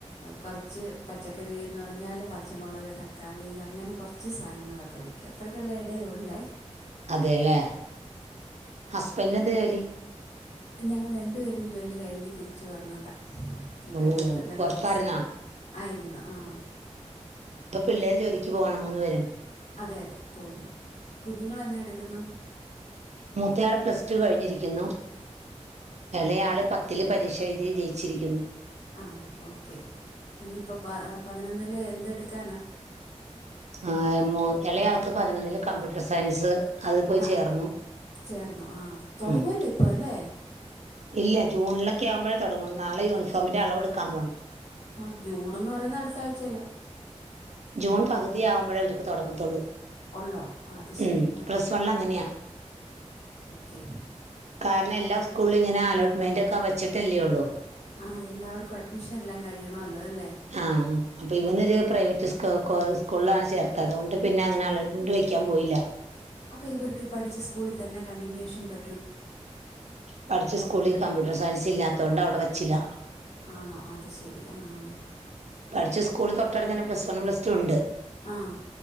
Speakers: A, on the left (about 70°); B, on the right (about 70°).
A: കൊർച്ച് പച്ചക്കറിയെന്ന് പറഞ്ഞാൽ പച്ച മൊളക് തക്കാളി അങ്ങനെ കൊർ കൊർ കൊർച്ച് സാനങ്ങളൊക്കെ വെയ്ക്കും അത്രയ്ക്കുള്ള എടെ ഒള്ളെ
B: അതെ ലെ ഹസ്ബെന്റിന് എന്താ ജോ തെ
A: ഞങ്ങൾ രണ്ടു പേരും ജോലി കഴിഞ്ഞ് തിരിച്ച് വന്നതാ ഇപ്പം
B: ഓ
A: ഇവിടെ തന്നെ
B: പൊറത്തായിര്ന്നാ
A: താമസിക്കുക ആയിരുന്നു ആ
B: ഇപ്പ പിള്ളേര് ജോലിക്ക് പോവാണോ മൂന്ന് പേരും
A: അതെ അതെ പോവുന്നു കുഞ്ഞുങ്ങൾ എന്നാ എട്ക്കുന്നു
B: മൂത്തയാള് പ്ലസ് ടു കഴിഞ്ഞ് ഇരി ക്കുന്നു എളെ ആൾ പത്തിൽ പരീക്ഷ എഴ്തി ജയിച്ചിരിക്കുന്നു
A: ആ ഓക്കെ ഇനിയിപ്പ പ പതിനൊന്നിൽ എന്ത് എട്ക്കാനാ
B: ആ എ മൂ എളയ ആൾക്ക് പതിനൊന്നില് കമ്പ്യൂട്ടർ സയൻസ് അത് പോയി
A: ആ
B: ചേർന്നു
A: ചേർന്നു ആ തൊടങ്ങുവല്ലോ
B: ഉം
A: ഇപ്പ അല്ലെ
B: ഇല്ല ജൂണിലൊക്കെ ആകുമ്പഴെ തൊടങ്ങു ഒള്ളു നാളെ യൂണിഫോമിന്റെ അളവ് ഇട്ക്കാൻ പോണം
A: ആ ജൂണെന്ന് പറയുന്നെ അട് ആഴ്ചയിലാ
B: ജൂൺ പകുതി ആകുമ്പഴേ അവർക്ക് തുടങ്ങത്തുള്ളൂ
A: ഉള്ളോ അത് ശരി
B: ഉം
A: ആ
B: പ്ലസ് വണ്ണിൽ അങ്ങനെയാ
A: ഓക്കെ
B: കാരണം എല്ലാ സ്കൂളിലും ഇങ്ങനെ അലോട്ട്മെന്റ് ഒക്കെ വെച്ചിട്ടല്ലേ ഉള്ളൂ
A: ആ എല്ലാവർക്കും അഡ്മിഷൻ എല്ലാം കഴിയണല്ലോ അല്ലെ
B: ആഹ് അപ്പൊ ഇവന്നൊരു പ്രൈവറ്റ് സ്കൂ കൂ സ്കൂളിലാണ് ചേർത്തെ അതൊണ്ട് പിന്ന ങ്ങനെ അലോട്മെൻ്റ് വെക്കാൻ പോയില്ല.
A: അപ്പൊ ഇവർക്ക് ഇ പഠിച്ച സ്കൂളി തന്നെ കണ്ടിന്യുഷൻ പ
B: പഠിച്ച സ്കൂളി കമ്പ്യൂട്ടർ സയൻസ് ഇല്ലാതൊണ്ട് അവടെ വെച്ചില്ല.
A: ആണോ അത് ശരി ആഹ്
B: പഠിച്ച സ്കൂളി തൊട്ടട്തെന്നെ പ്ലസ് വണും പ്ലസ് ടു ണ്ട്
A: ആഹ്